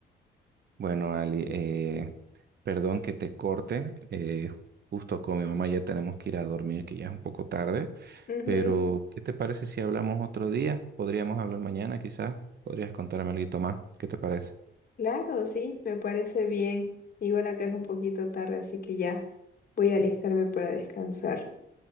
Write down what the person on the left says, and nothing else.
Ujú.
Claro, sí, me parece bien. Y bueno, que es un poquito tarde, así que ya voy a alistarme para descansar.